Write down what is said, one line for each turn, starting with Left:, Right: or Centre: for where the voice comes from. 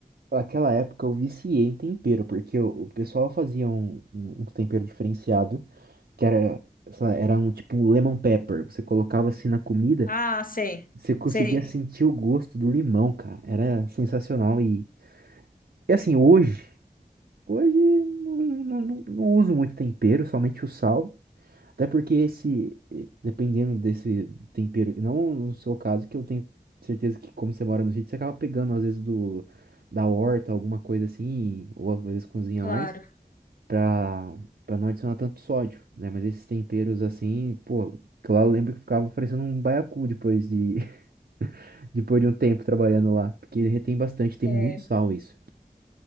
Right: naquela época eu viciei em tempero, porque o, o pessoal fazia um, um um tempero diferenciado, que era, sei lá, era um tipo um lemon pepper. Você colocava assim na comida,
Left: Ah, sei,
Right: você conseguia
Left: sei.
Right: sentir o gosto do limão, cara. Era sensacional. E, e assim, hoje, hoje não, não, não não uso muito tempero, somente o sal. Até porque esse, eh, dependendo desse tempero, não no seu caso, que eu tenho certeza que como você mora no sítio, você acaba pegando às vezes do da horta, alguma coisa assim, ou às vezes cozinha
Left: Claro.
Right: mais, pra, pra não adicionar tanto sódio, né? Mas esses temperos assim, pô, que lá eu lembro que ficava parecendo um baiacu depois de, <laughs> depois de um tempo trabalhando lá, porque retém bastante, tem
Left: É,
Right: muito sal isso.